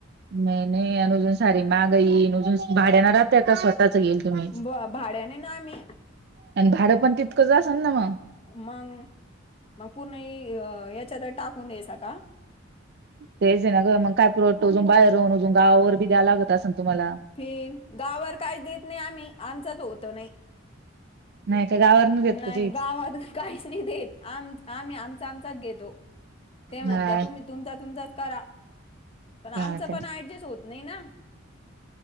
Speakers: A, on the right; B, on the left.
A: नाही नाही अ अजून सारी मागाईन अजून भाड्याना राहतेय का स्वतःच येेईल.
B: ब- भाड्याने ना आम्ही
A: आणि भाडं पण तितकंच असेल ना मग.
B: मग मग पूर्ण ह याच्यात टाकून द्यायचा का.
A: तेच आहे ना मग काय पुरटतो अजून बाहेर राहन अजून गावावर बी द्याव लागत असे ना तुम्हाला.
B: फिर गावर काही देत नाही आम्ही आमचाच होतो नाही.
A: नाही का गावावर देत
B: नाही
A: का चीज
B: गावातच काहीच नाही देत आम आम्ही आमचा आमचाच घेतो. ते म्हणत
A: हा
B: तुम्ही तुमचा तुमचाच करा. पण आमच
A: हा काय
B: पण ऍडजस्ट होत नाही ना.